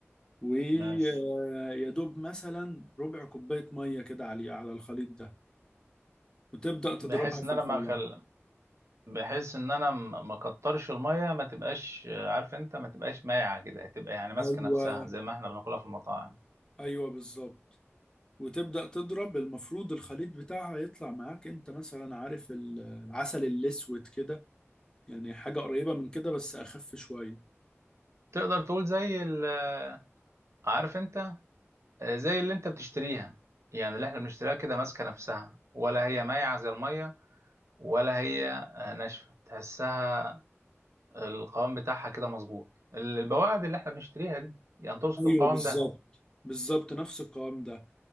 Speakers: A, on the left (about 15°); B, on the right (about 80°).
A: ويا
B: ماشي
A: دوب مثلا ربع كوباية مية كده عليه على الخليط ده وتبدأ تضربها
B: بحيث
A: في
B: ان انا
A: الخلاط
B: لما أخل... بحيث ان انا م- ما كترش الميه ما تبقاش آه، عارف انت ما تبقاش مايعه كده تبقى يعني ماسكه
A: ايوه
B: نفسها زي ما احنا بناكلها في المطاعم
A: ايوه بالظبط وتبدأ تضرب المفروض الخليط بتاعها يطلع معاك انت مثلا عارف ال- العسل الأسود كده يعني حاجة قريبة من كده بس أخف شوية
B: تقدر تقول زي ال- آه، عارف انت آه، زي اللي انت بتشتريها يعني اللي احنا بنشتريها كده ماسكه نفسها ولا هي مايعه زي الميه ولا هي آه، ناشفه تحسها القوام بتاعها كده مظبوط ال- البواعد اللي احنا بنشتريها دي يعني تقصد
A: ايوه
B: القوام
A: بالظبط
B: ده
A: بالظبط نفس القوام ده